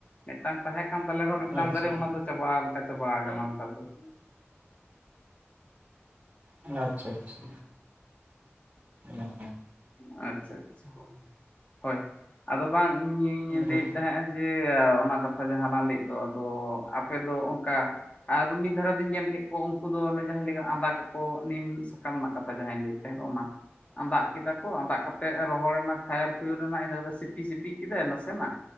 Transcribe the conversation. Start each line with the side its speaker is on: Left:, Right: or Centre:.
Left: ᱢᱤᱫᱴᱟᱝ ᱛᱟᱦᱮᱸ ᱠᱟᱱ ᱛᱟᱞᱮ ᱨᱮᱦᱚᱸ ᱢᱤᱫᱴᱟᱝ
Right: ᱟᱪᱪᱷᱟ
Left: ᱫᱟᱨᱮ ᱚᱱᱟ ᱫᱚ ᱪᱟᱵᱟ ᱞᱮᱠᱟ ᱪᱟᱵᱟ ᱠᱟᱱᱟ ᱫᱚ <inaudible>
Right: ᱟᱪᱪᱷᱟ ᱟᱪᱪᱷᱟ ᱟᱪᱪᱷᱟ ᱦᱮᱸ
Left: ᱟᱪᱪᱷᱟ ᱟᱪᱪᱷᱟ ᱦᱳᱭ ᱟᱫᱚ ᱵᱟᱝ ᱤᱧᱤᱧ
Right: ᱦᱮᱸ ᱦᱮᱸ
Left: ᱞᱟᱹᱭᱮᱫ ᱛᱟᱦᱮᱸᱫ ᱡᱮ ᱚᱱᱟ ᱠᱟᱛᱷᱟ ᱡᱟᱦᱟᱸ ᱞᱟᱝ ᱞᱟᱹᱭᱮᱫ ᱫᱚ ᱟᱫᱚ ᱟᱯᱮ ᱫᱚ ᱚᱱᱠᱟ ᱟᱨ ᱢᱤᱫ ᱫᱷᱟᱨᱮ ᱫᱚᱧ ᱧᱮᱞ ᱠᱮᱫ ᱠᱚ ᱩᱱᱠᱩ ᱫᱚ ᱚᱱᱮ ᱡᱟᱦᱟᱸᱧ ᱞᱟᱹᱭ ᱠᱮᱫᱟ ᱟᱸᱫᱟ ᱠᱟᱠᱚ ᱱᱤᱢ ᱥᱟᱠᱟᱢ ᱨᱮᱱᱟᱜ ᱠᱟᱛᱷᱟ ᱡᱟᱦᱟᱸᱭ ᱛᱟᱦᱮᱸ ᱫᱚ ᱚᱱᱟ ᱟᱸᱫᱟᱜ ᱠᱮᱫᱟ ᱠᱚ ᱟᱸᱫᱟᱜ ᱠᱟᱛᱮ ᱨᱚᱦᱚᱲᱱᱟ ᱠᱷᱟᱭᱟᱨ ᱠᱷᱚᱭᱩᱨ ᱮᱱᱟ ᱤᱱᱟᱹ ᱥᱤᱯᱤ ᱥᱤᱯᱤ ᱠᱮᱫᱟᱭ ᱱᱟᱥᱮᱱᱟᱜ